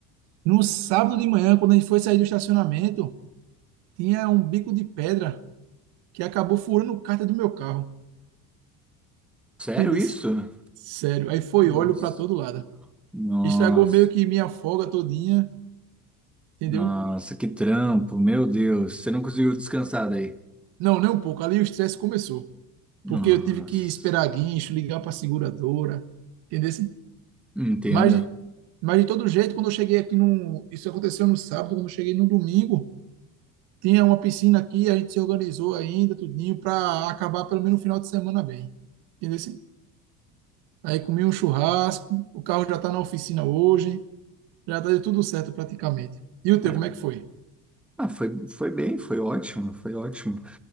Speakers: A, on the right; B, in the centre.
A: No sábado de manhã, quando a gente foi sair do estacionamento, tinha um bico de pedra que acabou furando o cárter do meu carro.
B: Sério
A: Entendesse?
B: isso?
A: Sério. Aí foi
B: Nossa,
A: óleo para todo lado.
B: nossa,
A: Estragou meio que minha folga todinha, entendeu?
B: nossa, que trampo, meu Deus. Você não conseguiu descansar daí?
A: Não, nem um pouco. Ali o estresse começou.
B: Nossa.
A: porque eu tive que esperar guincho, ligar para a seguradora, entendeu? Assim,
B: Entendo.
A: Mas,
B: hein?
A: mas de todo jeito, quando eu cheguei aqui no, isso aconteceu no sábado, quando eu cheguei no domingo, tinha uma piscina aqui, a gente se organizou ainda, tudinho, para acabar pelo menos no final de semana bem, entendeu? Assim, Aí comi um churrasco, o carro já está na oficina hoje, já deu tudo certo praticamente. E o teu,
B: É.
A: como é que foi?
B: Ah, foi, foi bem, foi ótimo, foi ótimo.